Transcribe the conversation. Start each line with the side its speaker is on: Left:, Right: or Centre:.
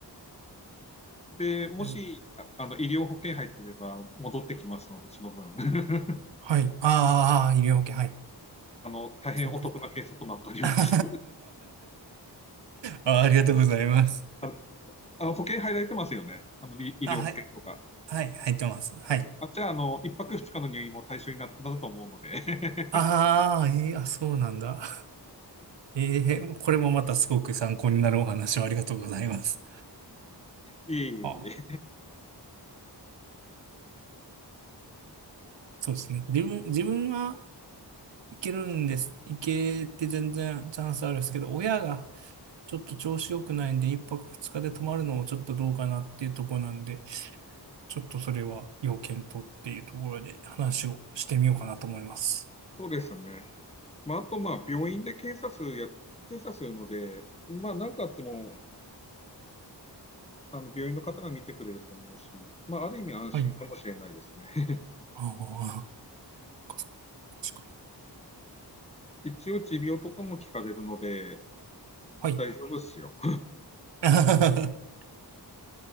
Left: で、もし、
Right: え
Left: ああの、医療保険入ってれば戻ってきますので、その分。<laughs>
Right: はい、あーあー、医療保険、はい。
Left: あの、大変お得な検査となっております。
Right: あそっかそっか。<laughs> あありがとうございます。
Left: あの、あの保険入られてますよね。あの、医療保険とか。
Right: あ、はい、はい、入ってます。はい。
Left: あ、じゃあ、あの、一泊二日の入院も対象になると思うので
Right: ああ、
Left: <laughs>。
Right: えーあ、そうなんだ。ええこれもまたすごく参考になるお話をありがとうございます。
Left: いえいえ
Right: あ、そうですね。自分、自分はいけるんです。いけて全然チャンスあるんですけど、親がちょっと調子良くないんで、一泊二日で泊まるのもちょっとどうかなっていうところなんで、ちょっとそれは要検討っていうところで話をしてみようかなと思います。
Left: そうですね。まあ、あと、まあ、病院で検査数や、検査するので、まあ、なんかあっても、あの、病院の方が見てくれると思うし、まあ、ある意味安心かもしれないですね
Right: はい。
Left: <laughs>。
Right: ああ、そっかそっか。確かに。
Left: 一応、持病とかも聞かれるので、
Right: はい。
Left: 大丈夫ですよ
Right: <laughs>